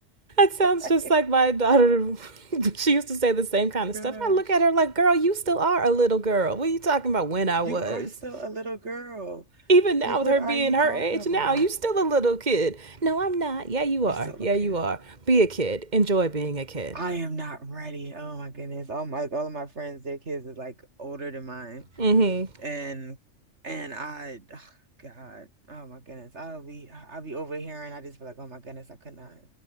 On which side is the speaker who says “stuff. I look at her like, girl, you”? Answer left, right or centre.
Right